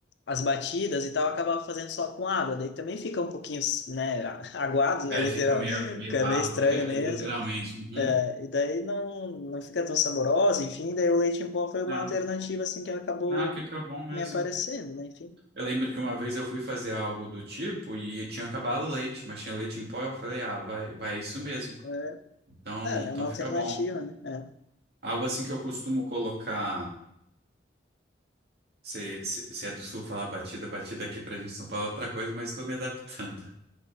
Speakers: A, on the left; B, on the right.
A: as batidas e tal, eu acabava fazendo só com água, daí também fica um pouquinho, né, <laughs> a- aguado, né,
B: É,
A: literal,
B: fica meio,
A: <laughs>
B: meio
A: fica
B: ralo.
A: meio estranho
B: É,
A: mesmo,
B: é literalmente. uhum.
A: é, e daí não, não fica tão saborosa, enfim, daí o leite em pó foi uma
B: Não,
A: alternativa, assim, que acabou
B: não, fica bom mesmo.
A: me aparecendo, né, enfim.
B: Eu lembro que uma vez eu fui fazer algo do tipo e tinha acabado o leite, mas tinha leite em pó. Eu falei, ah, vai, vai isso mesmo.
A: É,
B: Então,
A: é
B: então
A: é uma
B: fica
A: alternativa,
B: bom.
A: né? É.
B: Algo assim que eu costumo colocar. Se, se, se é do sul, fala batida, batida aqui pra gente em São Paulo é outra coisa, mas estou me adaptando. <laughs>